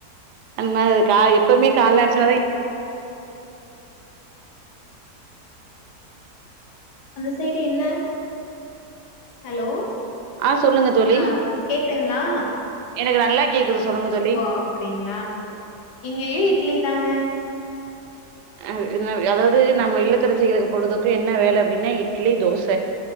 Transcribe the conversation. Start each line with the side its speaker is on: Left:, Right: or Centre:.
Right: அம காய்
Left: ஓ
Right: எப்பமே கால்ல அரச்ச வரை
Left: அந்த சைடு என்ன ஹலோ
Right: ஆ சொல்லுங்க தோழி
Left: அ கேக்குங்களா
Right: எனக்கு நல்லா கேக்குது சொல்லுங்க தோழி
Left: அப்டிங்களா இங்கயேயு இட்லி தாங்க
Right: அ இன்ன அதாவது நம்ம இல்லத்தரசிகளுக்கு பொழுதுக்கு என்ன வேல அப்டின்னா இட்லி தோச